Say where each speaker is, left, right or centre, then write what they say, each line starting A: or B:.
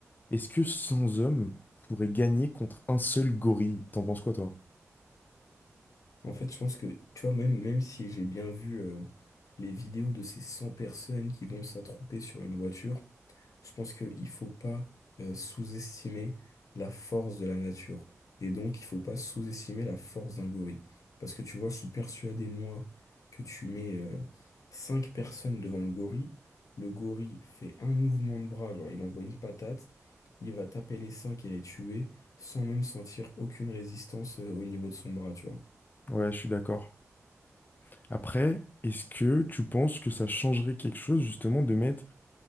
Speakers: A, on the left; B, on the left.
A: Est-ce que 100 hommes pourraient gagner contre un seul gorille? T'en penses quoi toi?
B: En fait, je pense que, tu vois, même, même si j'ai bien vu euh, les vidéos de ces 100 personnes qui vont s'attrouper sur une voiture, Je pense qu'il ne faut pas euh, sous-estimer la force de la nature. Et donc, il faut pas sous-estimer la force d'un gorille. Parce que tu vois, je suis persuadé, moi, que tu mets euh, cinq personnes devant le gorille. Le gorille fait un mouvement de bras, genre il envoie une patate. Il va taper les cinq et les tuer sans même sentir aucune résistance euh, au niveau de son bras, tu vois.
A: Ouais, je suis d'accord. Après, est-ce que tu penses que ça changerait quelque chose justement de mettre